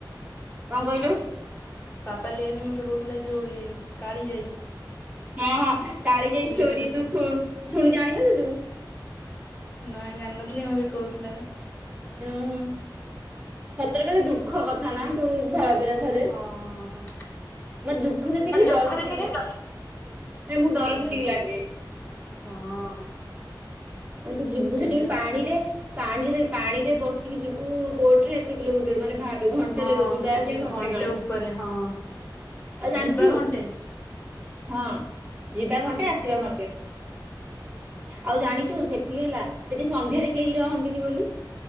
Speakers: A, on the right (about 20°); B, on the left (about 25°).
A: କଣ କହିଲୁ?
B: ପାପାଲି ଆଜି ମୋତେ କହୁଥିଲା ଯୋଉ ଇଏ କାଳିଜାଇ।
A: ହଁ ହଁ କାଳିଜାଇ
B: ଚିଲିକାର
A: ଷ୍ଟୋରି ତୁ ଶୁ ଶୁଣି ଜାଣିିନଥିଲୁ।
B: ନାଇଁ ଜାଣିନଥିଲି ମତେ କହୁଥିଲା ବା।
A: ହୁଁ ହୁଁ ସତରେ କେତେ ଦୁଃଖ କଥା ନା ତୁ ଦ୍ଭା ବେଣା ଥରେ
B: ହଁ।
A: ମା ଦୁଃଖ ଯେତିକି
B: ପୋଖରୀ
A: ଡର ସେତିକି।
B: ଟିକେ ଡ
A: ନାଇଁ ମୁଁ ଡର
B: ସେଇଆ
A: ସେତିକି
B: ବା
A: ଲାଗେ
B: ହଁ।
A: ମାନେ ତୁ ଯିବୁ
B: ଡେଞ୍ଜରସ୍
A: ସେଠିକି ପାଣିରେ
B: ଠା
A: ପାଣିରେ ପାଣିରେ ବସିକି ଯିବୁ ବୋଟ ରେ ଏତେ କିଲୋମିଟର ମାନେ ଭାବ୍ ଏ ଘଣ୍ଟେ
B: ହଁ
A: ଯିବା ଆସିବା ଘଣ୍ଟେ କାଳେ
B: ଉପରେ ହଁ
A: ଆଉ ଜାଣିଛୁ
B: ଯିବା ଘଣ୍ଟେ
A: ହଁ ଯିବା
B: ହୁଁ।
A: ଘଣ୍ଟେ ଆସିବା ଘଣ୍ଟେ ଆଉ ଜାଣିଚୁ ସେଠିକି ହେଲା ସେଠି ସନ୍ଧ୍ୟାରେ କେହି ରହନ୍ତିନି ବୋଲି